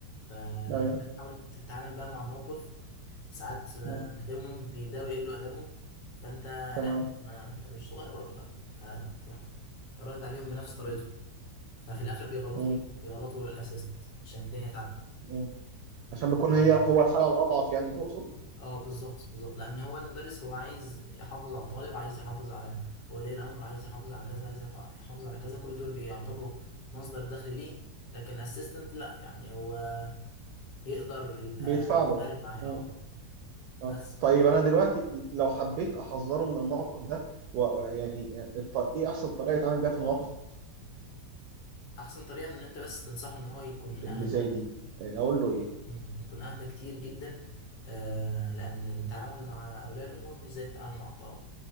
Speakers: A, on the left (about 80°); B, on the right (about 75°).
A: فانت
B: ايوه
A: بتحاول تتعامل بقى مع موقف ساعات آه،
B: م.
A: بتلاقيهم بيبداوا يقلوا ادبهم فانت
B: تمام
A: لا ما انت مش صغير ولا فبتروح رد عليهم بنفس
B: مم.
A: طريقته ففي الاخر بيغلطوا
B: مم.
A: مين بيغلطوا الاسيستنت عشان الدنيا
B: مم. عشان بيكون
A: تعدي
B: هي هو الحالة الأضعف يعني تقصد
A: اه بالظبط بالظبط لان هو المدرس هو عايز يحافظ على الطالب عايز يحافظ على ولي الامر عايز يحافظ على كذا عايز يفع- يحافظ على كذا كل دول بيعتبروا مصدر دخل ليه لكن الاسيستنت لا يعني هو يقدر يبقى
B: بيدفع له
A: مرن معاه
B: مم.
A: اه
B: آه.
A: بس
B: طيب أنا دلوقتي لو حبيت أحذره من الموقف ده و... يعني الط... إيه أحسن طريقة يتعامل بيها في المواقف
A: احسن طريقه ان انت بس تنصحه ان هو يكون
B: اللي
A: اهدى
B: زي دي آه، أقول له إيه
A: مم. يكون أهدى كتير جدا آه لأن التعامل مع أولياء الأمور مش زي التعامل مع الطلبة